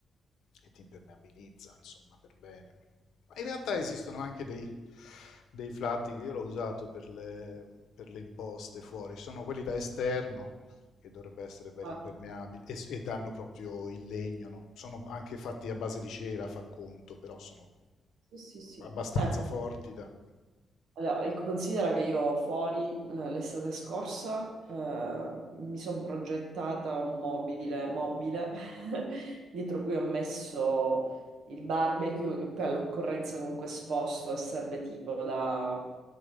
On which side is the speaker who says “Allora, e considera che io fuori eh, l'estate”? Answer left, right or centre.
Right